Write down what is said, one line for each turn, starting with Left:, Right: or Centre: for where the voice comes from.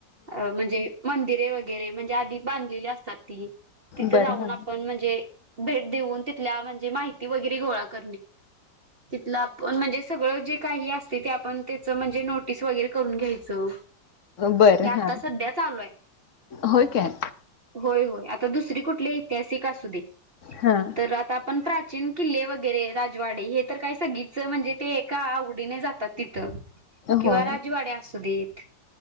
Right: अ म्हणजे मंदिरे वगैरे म्हणजे आधी बांधलेली असतात ती तिथे
Left: बरं
Right: जाऊन
Left: हां
Right: आपण म्हणजे भेट देऊन तिथल्या म्हणजे माहिती वगैरे घोळा त म्हण स का. त्याच म्हणजे नोटीस वगैर करून घ्यायचं
Left: बरं
Right: हे आता
Left: हां
Right: सध्या चालू आहे.
Left: होय काय?
Right: होय होय आता दुसरी कुठली ऐतिहासिक असु दे
Left: हां
Right: तर आ. आपण प्राचीन किल्ले वगैरे राजवाडे हे तर काय सगीच म्हणजे ते एका आवडीने जात तिथ किंवा
Left: होय
Right: राजवाडे असू देत